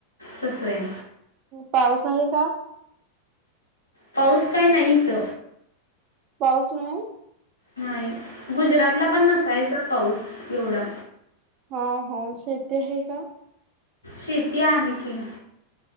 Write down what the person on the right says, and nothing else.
पाऊस आहे का.
पाऊस नाई
हा हा शेती आहे का.